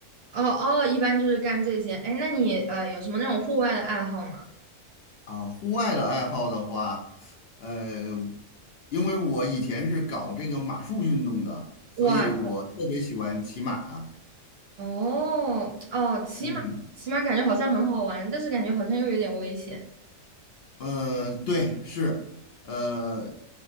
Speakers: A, on the right; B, on the left.
A: 哦，一般就是干这些。哎，那你呃有什么那种户外的爱好吗？
B: 啊，户外的爱好的话，呃，因为我以前是搞这个马术运动的，所以我特别喜欢骑马啊。
A: 哇，哦哦，骑马，
B: 嗯，
A: 骑马感觉好像很好玩，但是感觉好像又有点危险。
B: 呃，对，是，呃，